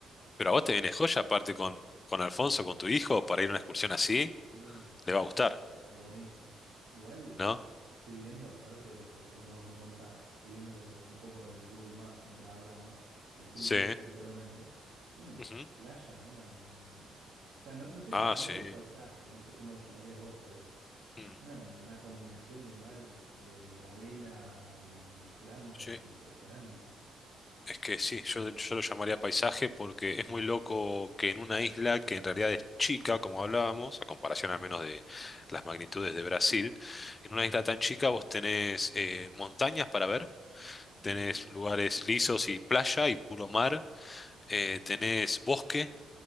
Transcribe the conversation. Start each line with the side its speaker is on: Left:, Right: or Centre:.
Right: Igual
Left: Pero a vos te viene joya, aparte con, con Alfonso, con tu hijo, para ir a una excursión así,
Right: Sí,
Left: le va a gustar,
Right: sí, estaría estaría buenísimo. Igual est-
Left: ¿no?
Right: estoy viendo, parte de la excursión que vos me contás, estoy viendo lo- un poco el Google Maps mientras hablamos, el Street
Left: Sí.
Right: View particularmente, tiene unas
Left: Ujú.
Right: playas, una, una- una- o sea, no, no sé
Left: Ah,
Right: si llamarlo
Left: sí.
Right: paisaje, no sé cómo lo llamarías vos, pero
Left: Hmm.
Right: una, una combinación de mar, eh, arena y, y plantas
Left: Sí.
Right: impresionante.
Left: Es que sí, yo, yo lo llamaría paisaje porque es muy loco que en una isla que en realidad es chica, como hablábamos, a comparación al menos de las magnitudes de Brasil, en una isla tan chica vos tenés eh, montañas para ver, tenés
Right: En serio.
Left: lugares lisos y playa y puro mar, eh, tenés bosque,